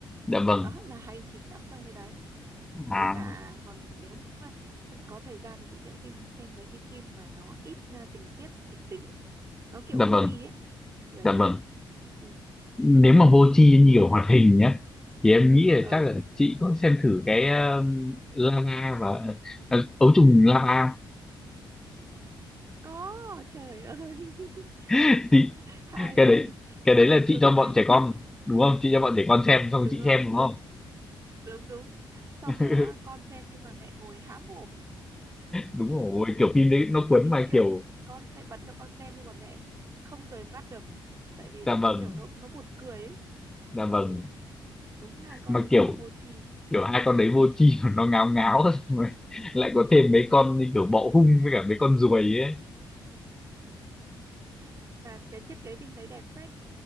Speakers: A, in the centre; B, on the right.
A: Dạ vâng.
B: đó là hay chìm đắm trong cái đấy
A: À,
B: với cả còn nếu mà có thời gian thì chị sẽ xem xem mấy cái phim mà nó ít ờ, tình tiết kịch tính nó kiểu
A: dạ
B: vô
A: vâng,
B: tri ấy thì là
A: dạ
B: chị
A: vâng.
B: thích ừ.
A: nếu mà vô tri
B: với
A: nhiều hoạt hình nhé thì em nghĩ là
B: ờ
A: chắc là chị có xem thử cái um, lava và à, ấu trùng lava không?
B: có trời ơi
A: <laughs>
B: <laughs>
A: chị
B: hay
A: cái đấy cái
B: chị
A: đấy là
B: xem
A: chị
B: thường
A: cho bọn
B: xuyên
A: trẻ con đúng không chị cho bọn trẻ con xem xong
B: đúng
A: chị
B: rồi
A: xem đúng không
B: đúng đúng xong
A: <laughs>
B: rồi á con xem nhưng mà mẹ ngồi há mồm
A: đúng rồi kiểu phim đấy nó cuốn mà
B: kiểu
A: kiểu
B: con sẽ bật cho con xem nhưng mà mẹ không rời mắt được tại vì là
A: dạ vâng
B: kiểu nó nó buồn cười ấy.
A: dạ vâng
B: ừ đúng hai con
A: mà
B: đấy
A: kiểu
B: rất là vô tri
A: kiểu hai con đấy vô tri <laughs> mà nó ngáo ngáo <laughs> xong rồi lại có thêm mấy con như kiểu bọ hung với cả mấy con ruồi ấy
B: mà cái thiết kế phim đấy đẹp phết